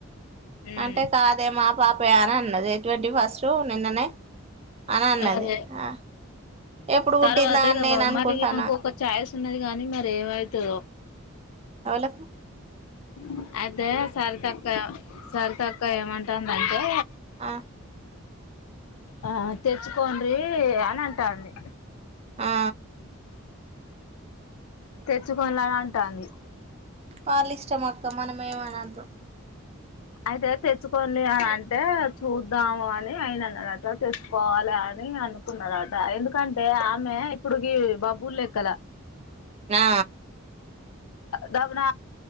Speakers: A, on the left; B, on the right.
A: ఉమ్
B: అంటే కాదే మా పాపయ అని అన్నది ట్వంటీ ఫస్ట్ నిన్ననే ఆన్ అన్నది
A: అదే
B: ఆ ఎప్పుడు పుట్టిందా
A: తర్వాత
B: అని నేను అనుకుంటానా
A: మరి మకు ఒక ఛాయిస్ స్తున్నది కాగానీ మర ఏమవుతుందో
B: అవులా
A: <inaudible> అయితే సర్తక సర్తక్ ఇ ఏమంటండంటే
B: ఆ
A: ఆ తెచ్చుకోండ్రి అని అంటాంది
B: ఆ
A: తెచ్చుకోల అని అంటుంది
B: వల్ల ఇష్టం అక్క మనం ఏమన్ క్క
A: అయితే తెచ్చుకోండి అని అంటే చూద్దాము అని అయిన అన్నాడట తెచ్చుకోవాలి అని అనుకున్నడట ఎందుకంటే ఆమె ఇప్పుడుకి బాబ్బు లెక్కల
B: ఆ
A: దబున